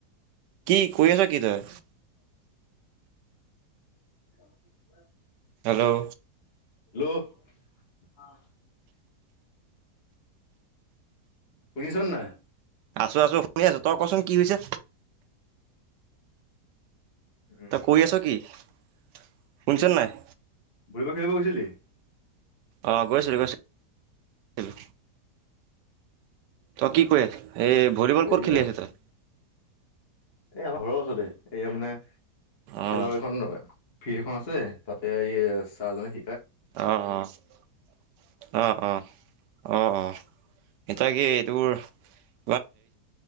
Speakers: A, on the right; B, on the left.
A: কি কৰি আছ কি তই
B: <inaudible>
A: হেল্ল'
B: হেল্ল' <inaudible> শুনিচ নাই
A: আছো আছো শুনি আছো তই কচোন কি হৈছে।
B: উম
A: তই কৰি আছ কি শুনিছ নাই
B: ভলিবল খেলিব গৈছিলি।
A: আহ গৈছিলো গৈছিলো। তই কি কৈ আছ এই
B: অ
A: ভলীবল
B: হেৰি
A: কত খেলি আছ তই
B: এই আমাৰ ঘৰৰ ওচতে এয়া মানে খেলৰ
A: অ',
B: এখন ফিল্ড এখন আছে তাতে এই চাৰ জনে
A: অহ অ অহ অহ অ অ এটা এইটো